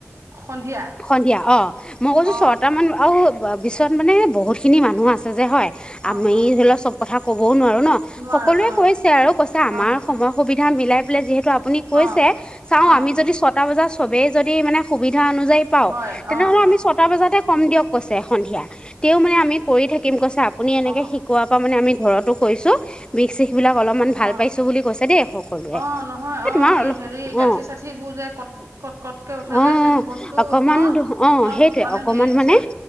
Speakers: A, on the right; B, on the left.
A: সন্ধিয়া
B: সন্ধিয়া অ' মই কৈছো
A: অ
B: ছয়টা মান আৰু বিশ পিছত মানে বহুত খিনি মানুহ আছে যে হয়,
A: অ
B: আমি
A: অ
B: ধৰি লওঁক চব কথা ক'বও নোৱাৰো। ন
A: নোৱাৰো
B: সকলোৱে
A: অ
B: কৈছে আৰু কৈছে আমাৰ
A: অ
B: সময়
A: উম
B: সুবিধা মিলাই পেলাই যিহেতু আপুনি কৈছে
A: অ
B: চাও
A: অ
B: আমি যদি ছটা বজাত চবে যদি মানে সুবিধা অনু যদি পাওঁ
A: হয়
B: তেনেহলে
A: অ
B: আমি
A: অ
B: ছয়টা বজাতে কম দিয়ক কৈছে সন্ধিয়া। তেওঁ মানে আমি কৰি থাকিম কৈছে আপুনি এনেকে
A: অ
B: শিকোৱাৰ পৰা মানে আমি ঘৰতো কৰিছোঁ বিষ শিখ বিলাক অলপমান ভাল
A: অ
B: পাইছোঁ বুলি কৈছে দেই সকলোৱে
A: অ নহয়
B: এই
A: অ
B: তোমাৰ অলপ
A: হেৰি গাঁঠি
B: অ'
A: চাঠিবোৰ যে কট কট কটকে উঠে
B: অ
A: যে সেইটো বস্তু
B: অকমান
A: ন
B: অ
A: অলপ
B: সেইটয়ে
A: মানে
B: অকমান
A: হেৰি হৈছে
B: মানে